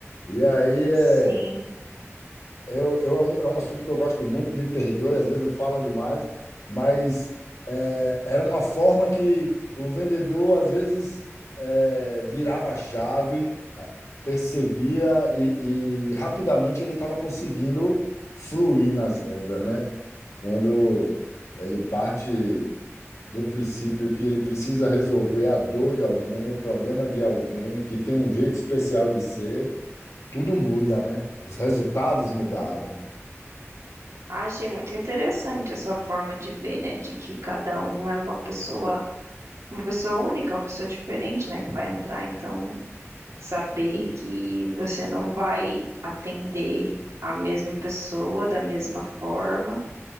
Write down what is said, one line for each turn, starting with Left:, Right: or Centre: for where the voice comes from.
Left: E aí é,
Right: Sim.
Left: eu, eu, é um é um assunto que eu gosto muito, me perdoe, às vezes eu falo demais, mas é, era uma forma que o vendedor, às vezes, é, virava a chave, a- percebia e, e rapidamente ele estava conseguindo fluir nas vendas, né? Quando ele parte do princípio que ele precisa resolver a dor de alguém, o problema de alguém, que tem um jeito especial de ser, tudo muda, né? Os resultados mudaram.
Right: Ah, Achei muito interessante essa forma de ver, né, de que cada um é uma pessoa, uma pessoa única, uma pessoa diferente, né, que vai entrar, então Saber que você não vai atender a mesma pessoa da mesma forma.